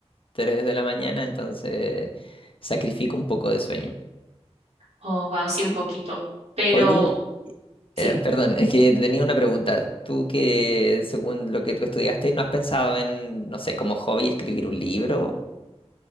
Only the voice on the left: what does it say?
3 de la mañana, entonces sacrifico un poco de sueño.
Oye, eh,
perdón, es que tenía una pregunta. Tú que, según lo que tú estudiaste, ¿no has pensado en, no sé, como hobby escribir un libro?